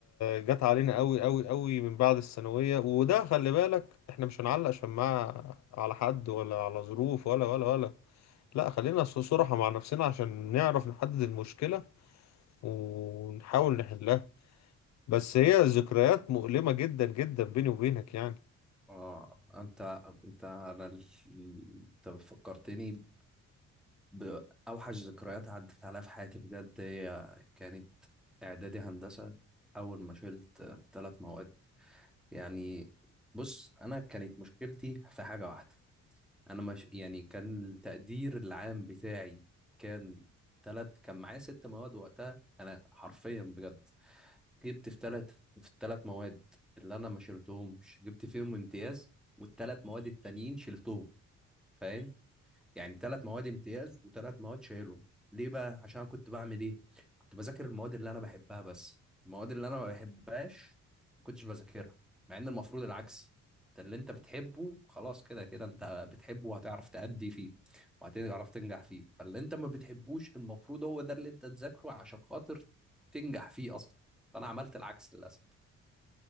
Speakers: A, on the left; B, in the centre.
A: جت علينا قوي قوي قوي من بعد الثانوية وده خلي بالك احنا مش هنعلق شماعة على حد ولا على ظروف ولا ولا ولا لا خلينا ص- صراحة مع نفسنا عشان نعرف نحدد المشكلة ونحاول نحلها بس هي ذكريات مؤلمة جدا جدا بيني وبينك يعني
B: اه انت انت انا ال- انت فكرتني باوحش ذكريات عدت عليا في حياتي بجد هي كانت اعدادي هندسه اول ما شلت ثلاث مواد يعني بص انا كانت مشكلتي في حاجه واحده انا مش يعني كان التقدير العام بتاعي كان تلات كان معايا ست مواد وقتها انا حرفيا بجد جبت في تلات في التلات مواد اللي انا ما شلتهمش جبت فيهم امتياز والتلات مواد التانيين شلتهم فاهم يعني ثلاث مواد امتياز وثلاث مواد شايلهم ليه بقى عشان أنا كنت بعمل ايه كنت بذاكر المواد اللي انا بحبها بس المواد اللي انا ما بحبهاش ما كنتش بذاكرها مع ان المفروض العكس انت اللي انت بتحبه خلاص كده كده انت بتحبه وهتعرف تأدي فيه وهتعرف تنجح فيه فاللي انت ما بتحبوش المفروض هو ده اللي انت تذاكره عشان خاطر تنجح فيه اصلا فانا عملت العكس للاسف